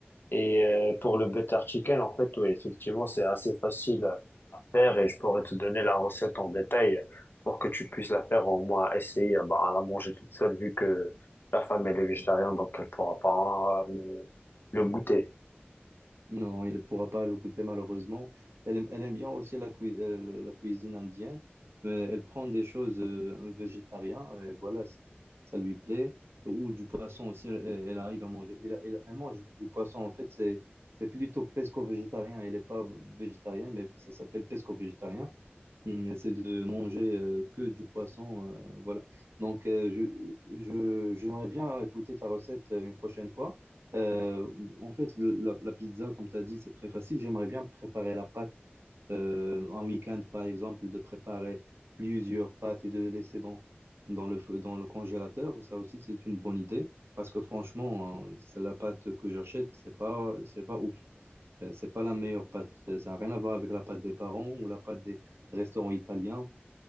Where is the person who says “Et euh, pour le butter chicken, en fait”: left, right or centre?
Left